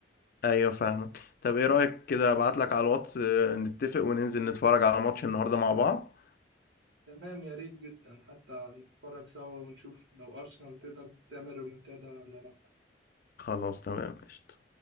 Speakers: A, on the left; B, on the right.
A: أيوة فاهمك طب إيه رأيك كده أبعتلك على الواتس آه، نتفق وننزل نتفرج على ماتش النهاردة مع بعض
B: تمام يا ريت جدا حتى نتفرج سوا ونشوف لو أرسنال تقدر تعمل ريمونتادا ولا لأ
A: خلاص تمام قشطة